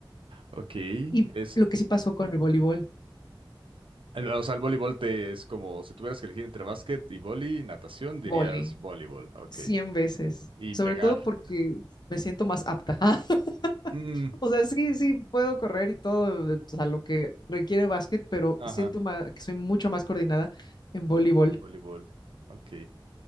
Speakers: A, on the right; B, on the left.
A: Ok,
B: Y
A: es,
B: lo que sí pasó con el voleibol,
A: El- o sea, el voleibol te es como si tuvieras que elegir entre básquet y vóley y natación, dirías
B: vóley,
A: voleibol, ok.
B: 100 veces,
A: Y
B: sobre
A: pegar.
B: todo porque me siento más apta. <laughs>
A: Mm,
B: O sea, sí, sí, puedo correr y todo, o sea, lo que requiere básquet, pero
A: ajá,
B: siento ma- que soy mucho más coordinada en voleibol.
A: en voleibol. Ok.